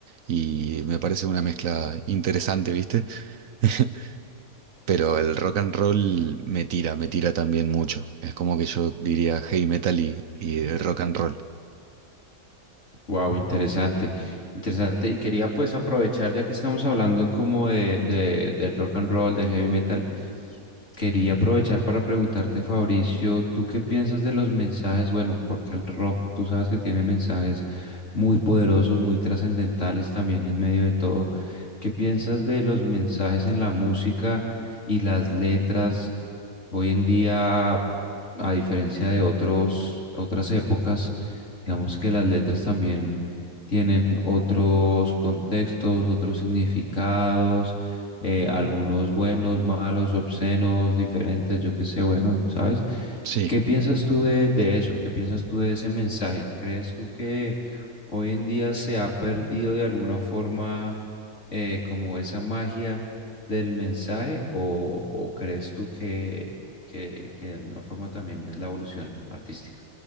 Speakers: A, on the right; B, on the left.
A: y me parece una mezcla interesante, ¿viste? <laughs> Pero el rock and roll me tira, me tira también mucho. Es como que yo diría heavy metal y, y rock and roll.
B: Wow, interesante, interesante. Y quería pues aprovechar, ya que estamos hablando como de, de- del rock and roll, del heavy metal, quería aprovechar para preguntarte, Fabricio, ¿tú qué piensas de los mensajes? Bueno, porque el rock, tú sabes que tiene mensajes muy poderosos, muy trascendentales también en medio de todo. ¿Qué piensas de los mensajes en la música y las letras? Hoy en día, a diferencia de otros, otras épocas, digamos que las letras también tienen otros contextos, otros significados, eh, algunos buenos, malos, obscenos, diferentes, yo qué sé, bueno, ¿sabes?
A: Sí.
B: ¿Qué piensas tú de, de eso? ¿Qué piensas tú de ese mensaje? ¿Crees tú que hoy en día se ha perdido de alguna forma? eh, como esa magia del mensaje o, o crees tú que, que, que de alguna forma también es la evolución artística?